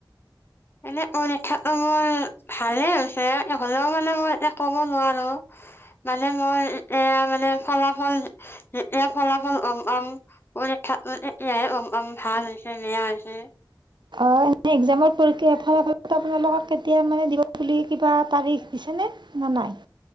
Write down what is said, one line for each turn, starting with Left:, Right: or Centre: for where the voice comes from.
Left: এনে পৰীক্ষাটো মই ভালেই হৈছে, হ'লেও মানে মই এতিয়া ক'ব নোৱাৰো। মানে মই এতিয়া মানে ফলাফল, যেতিয়া ফলাফল গম পাম পৰীক্ষা <unintelligible> ভাল হৈছে, বেয়া হৈছে।
Right: অ', এনে এক্সামত পৰীক্ষা <unintelligible> আপোনালোকক কেতিয়া মানে দিব বুলি কিবা তাৰিখ দিছেনে। নে নাই।